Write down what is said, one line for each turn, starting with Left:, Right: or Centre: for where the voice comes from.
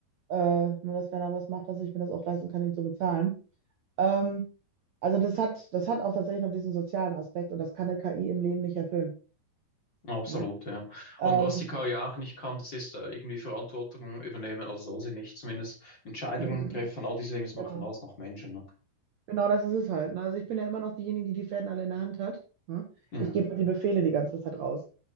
Right: äh, nur dass wenn er was macht, dass ich mir das auch leisten kann, ihn zu bezahlen. Ähm, also das hat, das hat auch tatsächlich noch diesen sozialen Aspekt und das kann eine KI im Leben nicht erfüllen.
Left: Absolut,
Right: Ne?
Left: ja.
Right: Ähm,
Left: Und was die KI auch nicht kann, das ist äh, irgendwie Verantwortung übernehmen, also soll sie nicht, zumindest Entscheidungen
Right: mhm,
Left: treffen, all diese Dinge, das machen
Right: genau.
Left: alles noch Menschen, ne?
Right: Genau das ist es halt. Ne? Also ich bin ja immer noch diejenige, die die Fäden alle in der Hand hat. Ne?
Left: Mhm.
Right: Ich gebe halt die Befehle die ganze Zeit raus.